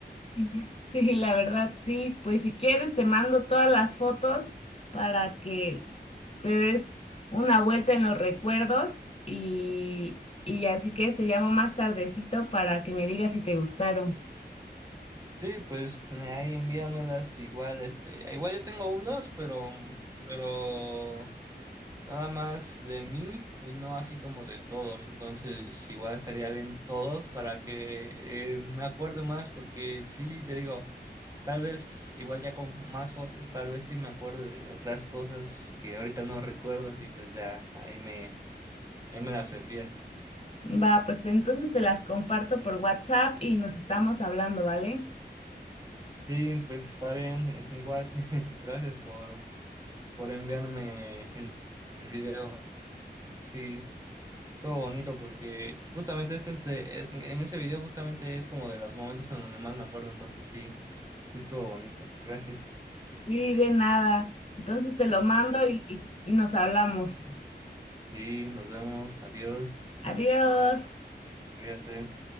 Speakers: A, on the left (about 35°); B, on the right (about 20°).
A: Ujú. Sí, la verdad, sí. Pues si quieres, te mando todas las fotos para que te des una vuelta en los recuerdos y, y así que te llamo más tardecito para que me digas si te gustaron.
B: Sí, pues eh, ahí envíamelas igual, este, igual yo tengo unos, pero, pero Nada más de mí y no así como de todos. Entonces, igual estaría bien todos para que eh, me acuerde más, porque sí, te digo, tal vez igual ya con más fotos, tal vez sí me acuerde de otras cosas que ahorita no recuerdo y pues ya ahí me, ahí me las envías.
A: Va, pues te- entonces te las comparto por WhatsApp y nos estamos hablando, ¿vale?
B: Sí, pues está bien, <laughs> igual. <laughs> Gracias por, por enviarme el el video. Sí. Estuvo bonito porque justamente es este, e, en en ese video justamente es como de los momentos en donde más me acuerdo, entonces sí, sí estuvo bonito. Gracias.
A: Y de nada. Entonces te lo mando
B: Adiós.
A: y, y nos hablamos.
B: Sí, nos vemos. Adiós.
A: Adiós.
B: Cuídate.